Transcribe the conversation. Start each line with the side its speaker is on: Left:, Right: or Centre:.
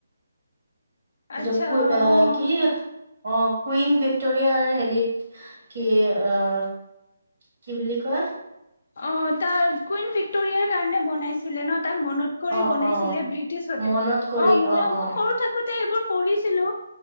Left: আচ্ছা
Right: য
Left: অ
Right: কি অ কুইন ভিক্টৰিয়াৰ হেৰিত কি অ কি বুলি কয়
Left: অ তাৰ কুইন ভিক্টৰিয়াৰ কাৰণে বন বছিলে ন তাক মনত কৰি
Right: অ
Left: বনাইছিলে
Right: অ
Left: ব্ৰিটিছতে
Right: মনত কৰি
Left: অ মই মই
Right: অ
Left: সৰু থাকো এইবোৰ পঢ়িছিলো